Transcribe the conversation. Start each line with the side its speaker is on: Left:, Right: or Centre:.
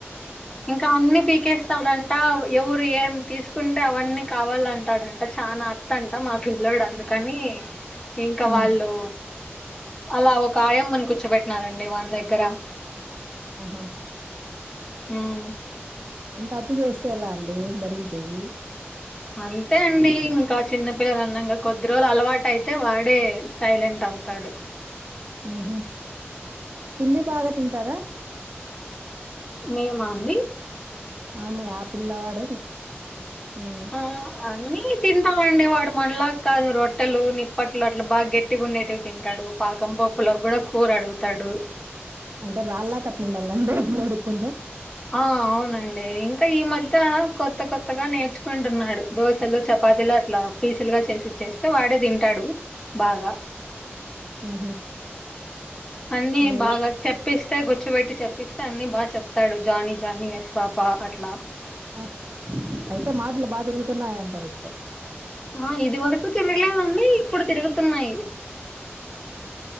Left: ఇంకా అన్ని పీకేస్తాడంట ఎవరు ఏం తీసుకుంటే అవన్నీ కావాలంటాడంట. చాలా అత్తంట మా పిల్లడు అందుకని ఇంకా
Right: ఉమ్
Left: వాళ్ళు అలా ఒక ఆయమని కూర్చోపెట్టినారండి వాని దగ్గర
Right: ఆహా
Left: ఉమ్
Right: అంత అతి చేస్తే ఎలా అండి భరించేది
Left: అంతే అండి ఇంకా చిన్న పిల్లలు అన్నక కొద్ది రోజులు అలవాటయితే వాడే సైలెంట్ అవుతాడు.
Right: ఉహ్ తిండి బాగా తింటాడ
Left: మే మాంబి
Right: ఆ మీ ఆ పిల్లవాడు హ్మ్
Left: ఆ అన్నీ తింటాడండి వాడు మనలాగ కాదు రొట్టెలు నిప్పట్లు అట్లా బాగా గట్టిగుండేటవి తింటాడు. పాకం పోప్పులో కూడా కూర అడుగుతాడు.
Right: అంటే రాళ్ళక అట్లా ఉండాలండి మీ వోడిక్ కొంచెం
Left: ఆ అవునండి ఇంకా ఈ మధ్య కొత్త కొత్తగా నేర్చుకుంటున్నాడు దోశలు చపాతీలు అట్లా పీసుల్ గా చేసి ఇచ్చేస్తే వాడే తింటాడు బాగా
Right: ఊహు
Left: అన్నీ
Right: మేలే
Left: బాగా చెప్ చెప్పిస్తే గుర్చ్చుబెట్టి చెప్పిస్తే అన్ని బాగా చెప్తాడు జానీ జానీ ఎస్ పాప అట్లా
Right: ఆ అయితే మాటలు బాగా తిరుగుతున్నాయంటారు ఇంక
Left: ఆ ఇది వరకు తిరగలేదండి ఇప్పుడు తిరుగుతున్నాయి